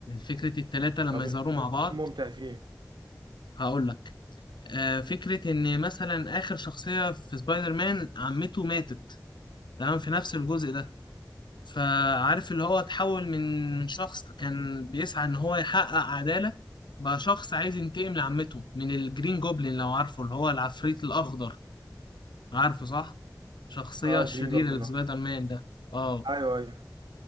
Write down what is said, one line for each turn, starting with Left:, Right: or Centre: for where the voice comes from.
Left: فكرة الثلاثة لما
Right: طب
Left: يظهروا
Right: إيه
Left: مع
Right: إيه
Left: بعض
Right: إيه الممتع فيه؟
Left: هقول لك آه فكرة ان مثلا اخر شخصية في سبايدر مان عمته ماتت تمام في نفس الجزء ده فعارف اللي هو اتحول من شخص كان بيسعى ان هو يحقق عدالة بقى شخص عايز ينتقم لعمته من الجرين جوبلين لو عارفه اللي هو العفريت الأخضر عارفه صح؟ شخصية
Right: آه الجرين
Left: شريرة
Right: جوبلين
Left: لسبايدر
Right: آه.
Left: مان ده اه
Right: أيوه أيوه